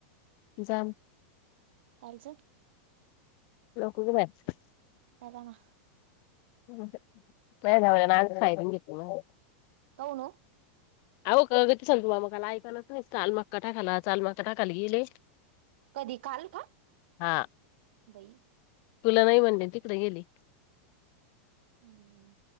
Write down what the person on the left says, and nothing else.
जाम
<unintelligible>
<unintelligible>
<unintelligible>
हा
तुला नाही म्हणले तिकडे गेली.